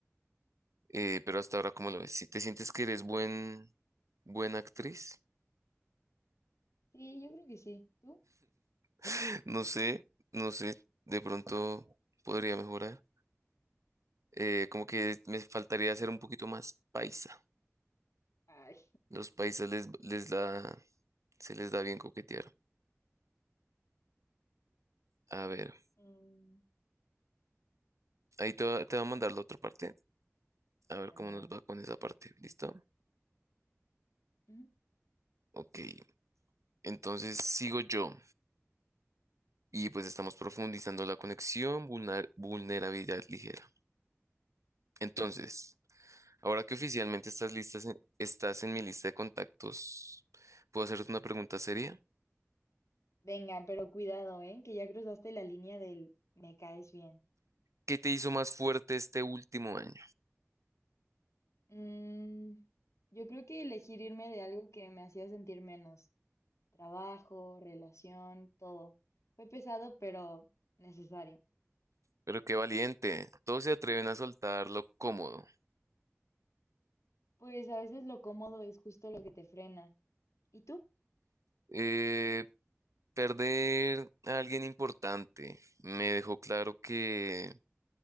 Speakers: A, on the right (about 80°); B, on the left (about 75°).
A: Eh, pero hasta ahora, ¿cómo lo ves? Si te sientes que eres buen, buena actriz,
B: Sí, yo creo que sí. ¿Tú?
A: <laughs> no sé, no sé, de pronto podría mejorar. Eh, como que me faltaría hacer un poquito más paisa.
B: Ay.
A: Los paisas les, les da, se les da bien coquetear. A ver,
B: mm,
A: ahí te, va- te voy a mandar la otra parte. A ver
B: dale,
A: cómo
B: dale.
A: nos va con esa parte. ¿Listo?
B: Ujú,
A: Ok. Entonces sigo yo. Y pues estamos profundizando la conexión, vulner- vulnerabilidad ligera. Entonces,
B: a ver.
A: ahora que oficialmente estás listas en- estás en mi lista de contactos, ¿puedo hacerte una pregunta seria?
B: Venga, pero cuidado, ¿eh? Que ya cruzaste la línea del me caes bien.
A: ¿Qué te hizo más fuerte este último año?
B: Mm, yo creo que elegir irme de algo que me hacía sentir menos. Trabajo, relación, todo. Fue pesado, pero necesario.
A: Pero qué valiente. Todos se atreven a soltar lo cómodo.
B: Pues a veces lo cómodo es justo lo que te frena. ¿Y tú?
A: Eh, perder a alguien importante me dejó claro que